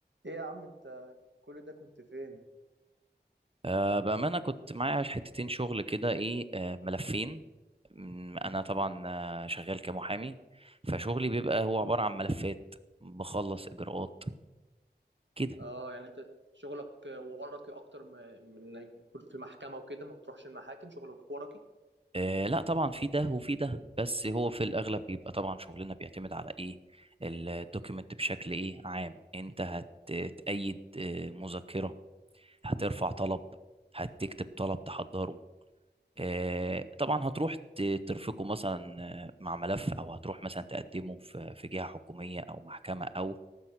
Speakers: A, on the right; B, on the right.
A: ايه يا عم انت كل ده كنت فين
B: أه بأمانة كنت معايا حتتين شغل كده إيه أه ملفين م، أنا طبعا آه، شغال كمحامي فشغلي بيبقى
A: اه
B: هو عبارة عن ملفات بخلص إجراءات كده
A: اه يعني انت شغلك ورقي اكتر ما- من إنك يكون في محكمه وكده ما بتروحش المحاكم شغلك ورقي
B: أه لا طبعا في ده وفي ده بس هو في الأغلب بيبقى طبعا شغلنا بيعتمد على إيه الدوكيمنت بشكل إيه عام أنت هتأيد آه، مذكرة هترفع طلب هتكتب طلب تحضره آه، طبعا هتروح ت- ترفقه مثلا آه، مع ملف او هتروح مثلا تقدمه في في جهة حكومية او محكمة او